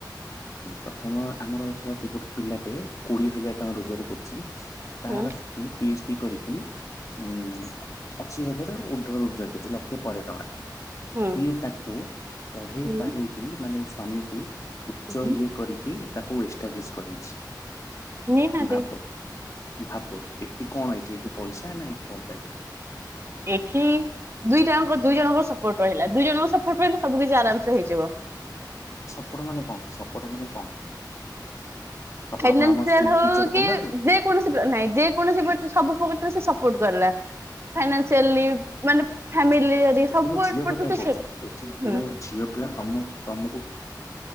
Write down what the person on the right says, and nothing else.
ହୁଁ
ହୁଁ
ହୁଁ
ହୁଁ
ନିହାତି
ଏଠି ଦିଇଟାଙ୍କ ଦୁଇ ଜଣଙ୍କ ସପୋର୍ଟ ରହିଲା ଦୁଇ ଜଣଙ୍କ ସପୋର୍ଟ ରହିଲା ସବୁ କିଛି ଆରାମସ ହେଇଯିବ।
ଫାଇନାନ୍ସିଆଲ
ହଉ
କି
କୌଣସି ନାଇଁ ଯେକୌଣସି ସବୁ ପ୍ରକାରରେ ସେ ସପୋର୍ଟ କଲା। ଫାଇନାସିଆଲି ମାନେ ଫ୍ୟାମିଲି ସବୁ
ଏପଟୁ
ସେ
ସେ
ହୁଁ